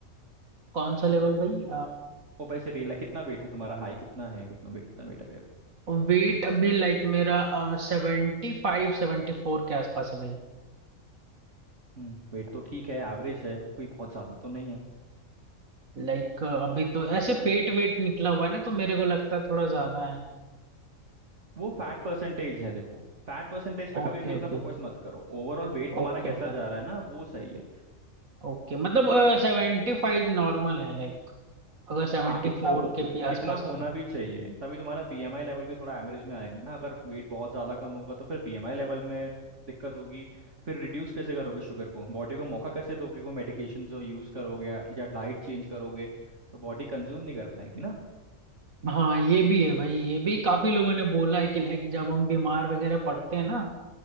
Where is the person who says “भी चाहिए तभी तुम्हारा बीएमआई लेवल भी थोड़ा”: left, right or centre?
Right